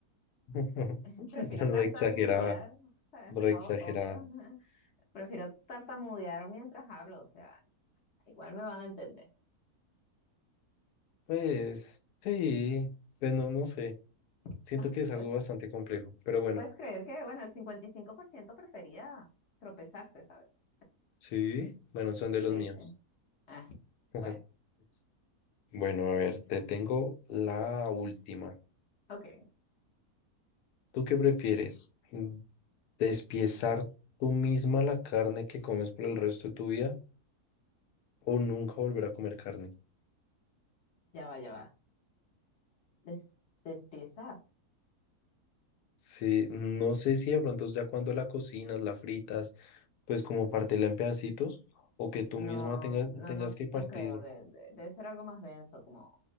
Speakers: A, on the left (about 85°); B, on the left (about 55°).
A: <laughs>
B: <laughs> Prefiero tartamudear,
A: Re exagerada,
B: o sea,
A: re
B: <laughs> o-
A: exagerada.
B: obvio. Prefiero tartamudear mientras hablo, o sea, igual me van a entender.
A: Pues, sí, pues no, no sé.
B: <laughs>
A: Siento
B: Ay,
A: que es algo
B: pues,
A: bastante complejo, pero bueno,
B: puedes creer que, bueno, el 55% prefería tropezarse, ¿sabes?
A: sí, bueno, son de
B: Sí,
A: los míos.
B: sí. Ah,
A: <laughs>
B: bueno,
A: Bueno, a ver, te tengo la última.
B: ok,
A: ¿Tú qué prefieres? Mm, ¿Despiezar tú misma la carne que comes por el resto de tu vida o nunca volver a comer carne?
B: ya va, ya va. Des- despiezar.
A: Sí, no sé si de pronto ya cuando la cocinas, la fritas, pues como partirla en pedacitos o que tú
B: No,
A: misma tengas,
B: no,
A: tengas
B: no,
A: que partir,
B: no creo. De, de- debe ser algo más denso, como,